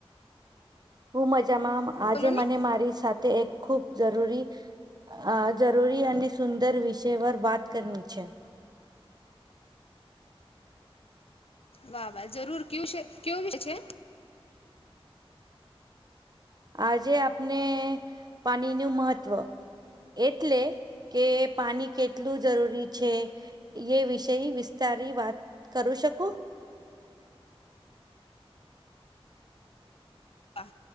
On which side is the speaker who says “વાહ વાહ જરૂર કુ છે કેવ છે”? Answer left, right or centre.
Left